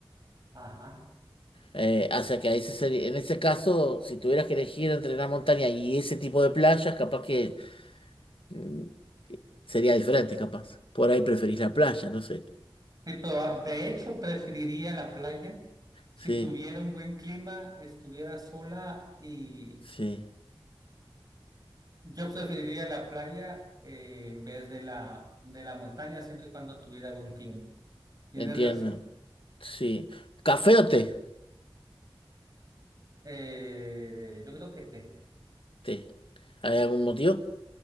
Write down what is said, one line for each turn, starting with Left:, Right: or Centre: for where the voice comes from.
Right: Ajá.
Left: Eh, o sea que ahí se sería- en ese caso, si tuvieras que elegir entre la montaña y ese tipo de playas, capaz que Mm, Sería diferente, capaz. Por ahí preferís la playa, no sé.
Right: Sí, proba- de hecho, preferiría la playa. Si
Left: Sí,
Right: tuviera un buen clima, estuviera sola y
Left: sí,
Right: yo preferiría la playa eh, en vez de la, de la montaña, siempre y cuando tuviera buen clima. Tienes
Left: entiendo.
Right: razón.
Left: Sí. ¿Café o té?
Right: Eh, yo creo que té.
Left: Té. ¿Hay algún motivo?